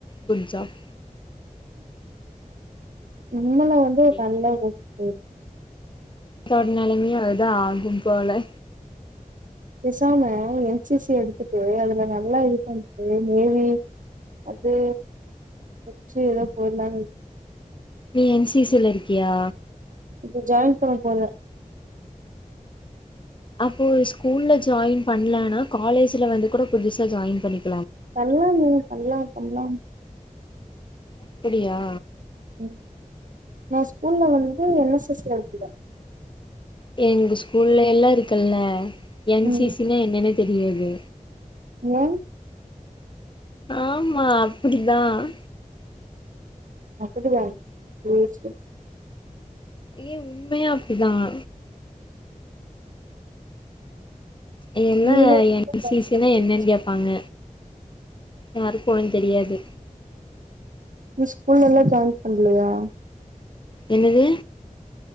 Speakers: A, on the left; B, on the right.
A: குட் ஜாப்
B: நம்மலா வந்து ஒரு
A: ம்
B: நல்ல ஒர்க்
A: இதோட நெலமையும் அதா ஆகும் போல
B: பேசாம என்சிசி எடுத்துட்டு அதுல நல்லா இது பண்ட்டு நேவி அது முட்ச்சு ஏதோ போயிரலாம்னு இருக்கு
A: நீ என்சிசில இருக்கியா
B: இப்ப ஜாயின் பண்ண போறே
A: அப்போ ஸ்கூல்ல ஜாயின் பண்லன்னா காலேஜ்ல வந்து கூட புதுசா ஜாயின் பண்ணிக்
B: பண்லாமே பண்லாம் பண்லாம்
A: அப்டியா
B: ம் நா ஸ்கூல்ல வந்து என் எஸ் எஸ் ல இருந்தன்
A: எங்க ஸ்கூல்ல எல்லா இருக்குல்ல என்
B: ம்
A: சி சி னா என்னனே தெரியாது
B: ம்
A: ஆமா அப்டிதான்
B: அப்டியா வேஸ்ட்டு
A: ஏ உண்மையா அப்டிதான் எல்லா
B: நீலா
A: என்
B: ஜாயின்
A: சி சி
B: பண்றியா
A: னா என்னன்னு கேப்பாங்க யாருக்கு ஒண்ணு தெரியாது
B: நீ ஸ்கூல் எல்லா ஜாயின் பண்லையா
A: என்னது